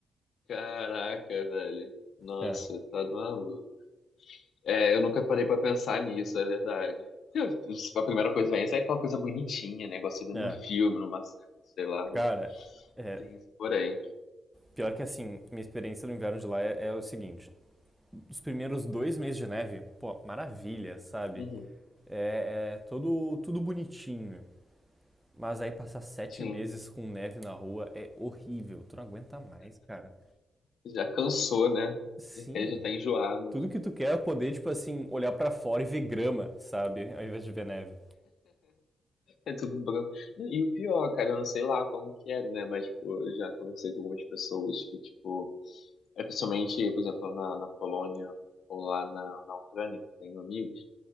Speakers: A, on the left (about 70°); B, in the centre.
A: Caraca, velho. Nossa,
B: é,
A: tá maluco. É, eu nunca parei pra pensar nisso, é verdade. Eu- A primeira coisa que vem é aquela coisa bonitinha, né? Igual você vê
B: é.
A: no filme, numa, sei lá, né?
B: Cara, é,
A: Tem isso, porém.
B: pior que assim, minha experiência no inverno de lá é, é o seguinte: os primeiros dois meses de neve, pô, maravilha, sabe?
A: Uhum,
B: É, é todo, tudo bonitinho. né? Mas aí passar sete
A: sim.
B: meses com neve na rua é horrível. Tu não aguenta mais, cara.
A: Já cansou, né?
B: Sim,
A: Já, já tá enjoado,
B: tudo
A: né?
B: que tu quer é poder, tipo assim, olhar pra fora e ver grama, sabe? Ao invés de ver neve.
A: É tudo branco. E o pior, cara, eu não sei lá como que é, né? Mas, tipo, eu já conversei com algumas pessoas que, tipo, é principalmente, por exemplo, na, na Polônia ou lá na, na Ucrânia, tenho amigos.